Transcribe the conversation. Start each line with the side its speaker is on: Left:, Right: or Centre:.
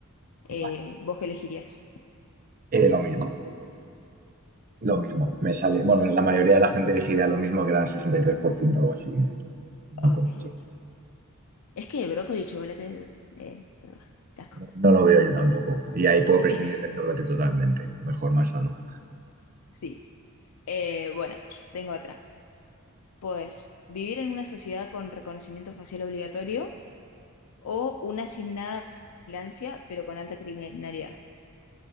Left: Eh,
Right: Vale,
Left: ¿vos qué elegirías?
Right: eh, lo mismo. Lo mismo, me sale. Bueno, la mayoría de la gente elegiría lo mismo que era el 63% o algo así. eh, No,
Left: Ok.
Right: con-
Left: Es que brócoli y chocolate... Eh, ugh, qué asco.
Right: no, no lo veo yo tampoco. Y ahí puedo
Left: <laughs>
Right: prescindir del chocolate totalmente. Mejor, más sano.
Left: Sí. Eh, bueno, yo tengo otra. Pues vivir en una sociedad con reconocimiento facial obligatorio o una sin nada de vigilancia, pero con alta criminalidad.